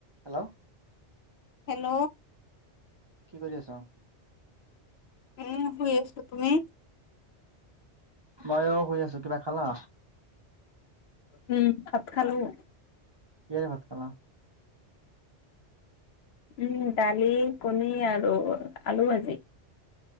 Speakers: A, on the right; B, on the left.
A: Hello.
B: Hello.
A: কি কৰি আছ
B: এনেই আছোঁ। শুই আছো তুমি
A: মইয়ো শুই আছো কিবা খালা
B: উম ভাত খালোঁ।
A: কিহেৰে ভাত খালা।
B: উম দালি কণী আৰু আলু ভাজি।